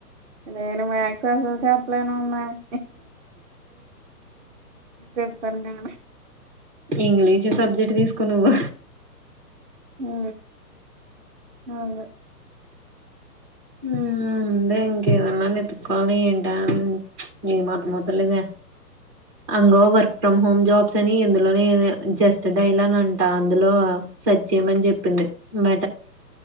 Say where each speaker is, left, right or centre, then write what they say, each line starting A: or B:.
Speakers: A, on the right; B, on the right.
A: నేను మాక్స్ అస్సలు చెప్పలేను అమ్మే చెప్తాను కానీ
B: ఇంగ్లీషు సబ్జెక్ట్ తీసుకో నువ్వు
A: ఆ అవును
B: ఆ అందే ఇంకేదన్నా ఎత్తుకోవాలి ఏంట అ ఏ మర్ధమొతలేదా అంగ వర్క్ ఫ్రమ్ హోమ్ జాబ్స్ అని ఇందులోనే జస్ట్ డైలా అంట అందులో సర్చ్ చేమని చెప్పింది మ